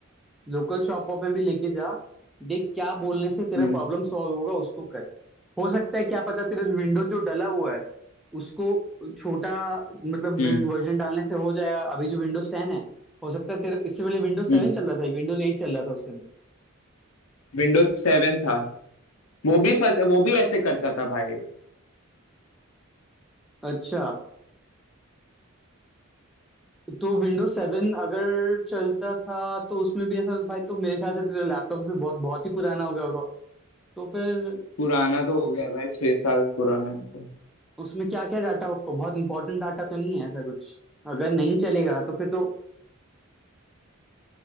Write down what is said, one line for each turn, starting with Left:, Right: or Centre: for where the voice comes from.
Centre: लोकल शॉप वॉप में भी लेके जा देख क्या बोलने से तेरा
Left: हम्म
Centre: प्रॉब्लम सॉल्व होगा उसको कर हो सकता है क्या पता तेरा जो विंडो जो डला हुआ है उसको छोटा मतलब
Left: हम्म
Centre: वर्जन डालने से हो जाएगा अभी जो विंडोज टेन है हो सकता है तेरे इससे पहले विंडोज
Left: हम्म
Centre: सेवन चल रहा था विंडोज एट चल रहा था उसके अंदर
Left: विंडोज सेवन था वो भी फंस वो भी ऐसे करता था भाई
Centre: अच्छा तो विंडोज सेवन अगर चलता था तो उसमें भी ऐसा भाई तो मेरे ख्याल से तो तेरा लैपटॉप तो फिर बहुत बहुत ही पुराना हो गया होगा तो फिर
Left: पुराना तो हो गया भाई छह साल पुराना है तो
Centre: उसमें क्या क्या डाटा बहुत इंपॉर्टेंट डाटा तो नहीं है ऐसा कुछ अगर नहीं चलेगा तो फिर तो